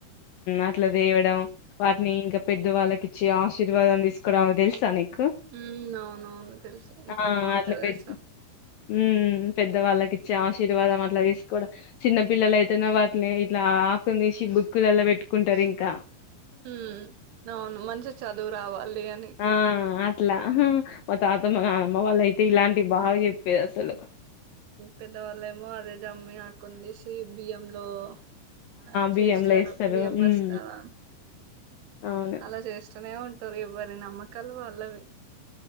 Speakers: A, on the left (about 70°); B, on the right (about 85°).
A: అట్లా తేవడం వాటిని ఇంకా పెద్దవాళ్ళకి ఇచ్చి ఆశీర్వాదలు తీసుకోవడం అవి తెలుసా నీకు
B: ఉ అవునవును తెలుసు ఎంత
A: ఆ
B: బాగుంటది
A: అట్లా
B: తెలూసా
A: పెద్ద హ్మ్ పెద్దవాళ్ళకి ఇచ్చే ఆశీర్వాదం అట్లా తీసుకోవడం చిన్న పిల్లల అయితే వా ఇట్లా ఆకుని తీసి కుల్లల్ల పెట్టుకుంటారు ఇంకా
B: ఉ అవును మంచి చదువు రావాలి అని
A: ఆ ట్లా మా తాతమ్మ నానమ్మ వాళ్ళ అయితే ఇలాంటి బాగా చెప్పేది అసలు
B: పెద్దవాళ్ళ ఏమో అది జమ్మి ఆకుని తీసి బియ్యంలో ఆ
A: బియ్యంలో
B: చేస్తారు
A: వేస్తారు
B: బియ్యం బస్తాల
A: ఉమ్ అవును
B: అలా చేస్తనే ఉం ఎవరి నమ్మకాలు వాళ్ళవి